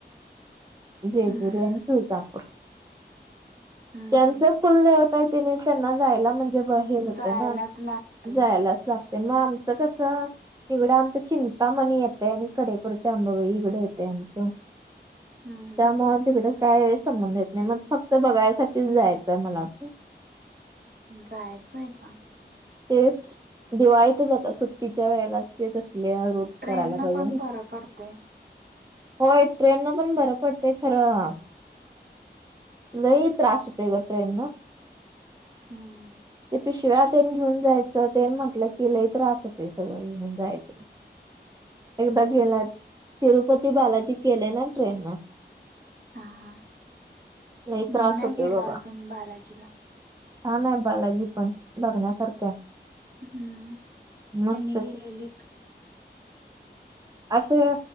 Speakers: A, on the right; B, on the right.
A: जेजुरी
B: हम्म हम्म
A: आणि तुळजापूर
B: हम्म
A: त्यांच
B: हम्म
A: कुलदेवता आहे तिने त्यांना जायला म्हणज <unintelligible> जेव <unintelligible> हे होते
B: जायलाच
A: ना
B: लागतय
A: जायलाच लागते. मग आमचं कसं इकडं आमचं चिंतामणी येतय आणि कडेपूरच्या अंबाबाई इकड येतय आमचं
B: हम्म
A: त्यामुळे तिकडे काय संबंध येत नाही मग फक्त बघायसाठी च जायचं आहे मला पण
B: जायचं एकदा <inaudible>
A: तेच दिवाळीत जातात सुट्टच्या वेळेला तेच असले रूठ
B: ट्रेन
A: करायला
B: न
A: पाहिजे
B: पण बरं पडतय
A: होय ट्रेन न पण बर पडतेय खरं लय त्रास होते ग ट्रेन न
B: हम्म
A: ते पिशव्या ते घेऊन जायचं ते म्हटलं की लय त्रास होतय सगळं घेऊन जायचं एकदा गेलात
B: हम्म
A: तिरुपती बालाजी केलय ना ट्रेन न
B: हा हा
A: लई त्रास
B: मी नाही
A: होतोय
B: गेलो
A: बाबा
B: अजून बालाजीला.
A: छान आहे बालाजी पण बघण्यासारखं आहे.
B: हम्म
A: मस्तच
B: ह्यांनी गेलेलेेत.
A: असे